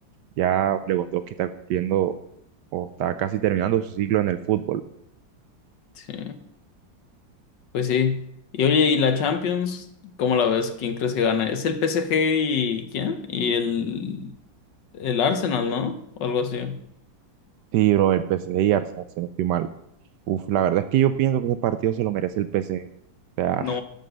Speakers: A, on the right (about 70°); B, on the left (about 70°).
A: Ya Lewandowski está cumpliendo o está casi terminando su ciclo en el fútbol.
B: Sí, pues sí. Y oye, ¿y la Champions? ¿Cómo la ves? ¿Quién crees que gana? ¿Es el PSG y quién? Y el, el Arsenal, ¿no? O algo así.
A: Sí, bro, el PSG y Arsenal, si no estoy mal. Uf, la verdad es que yo pienso que ese partido se lo merece el PSG. O sea,
B: No,